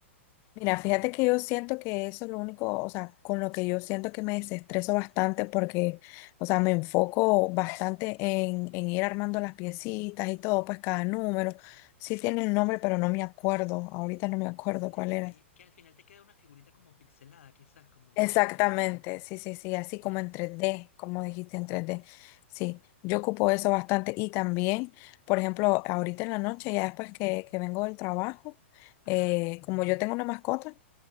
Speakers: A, on the left (about 35°); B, on the left (about 80°).
A: Mira, fíjate que yo siento que eso es lo único, o sea, con lo que yo siento que me desestreso bastante porque, o sea, me enfoco bastante en, en ir armando las piecitas y todo, pues cada número. Sí tiene el nombre, pero no me acuerdo, ahorita no me acuerdo
B: Claro,
A: cuál era.
B: que, que al final te queda una figurita como pixelada, quizás, como,
A: Exactamente,
B: porque son,
A: sí, sí, sí, así
B: claro,
A: como en 3D, como dijiste en 3D. Sí, yo ocupo eso bastante y también, por ejemplo, ahorita en la noche, ya después que, que vengo del trabajo,
B: ajá,
A: eh, como yo tengo una mascota,